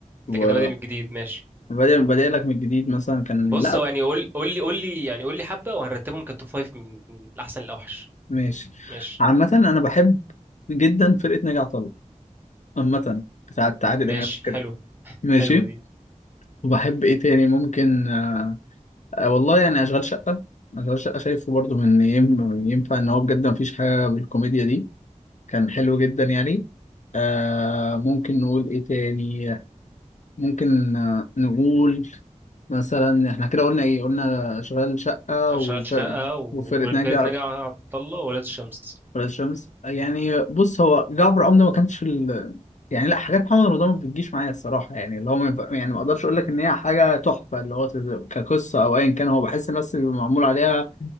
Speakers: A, on the right; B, on the left.
A: انت
B: وبدأ
A: كده بادئ من جديد ماشي
B: بدأ لك من جديد مثلا كان
A: بص
B: لا
A: هو يعني قول قول لي قول لي يعني قول لي حبه وهنرتبهم كتوب فايف من من الاحسن للاوحش
B: ماشي
A: ماشي
B: عامة انا بحب جدا فرقة ناجي عطا الله عامة بتاعت عادل
A: ماشي
B: امام كده
A: حلو
B: ماشي
A: حلوه دي
B: وبحب ايه تاني ممكن آه، آه والله يعني اشغال شقه اشغال شقه شايفه برضو من يم- ينفع ان هو بجد مفيش حاجه بالكوميديا دي كان حلو جدا يعني آه ممكن نقول ايه تاني ممكن آه نقول مثلا احنا كده قلنا ايه قلنا اشغال شقه
A: اشغال
B: وفرق
A: شقه و-
B: وفرقة
A: وفرقه
B: ناجي
A: ناجي عطا الله وولاد الشمس
B: ولاد الشمس يعني بص هو جعفر عمده ما كانش ال... يعني لا حاجات محمد رمضان ما بتجيش معايا الصراحه يعني اللي هو ما ينفع- يعني ما اقدرش اقول لك ان هي حاجه تحفه اللي هو تز- كقصه او ايا كان هو بحس الناس اللي معمول عليها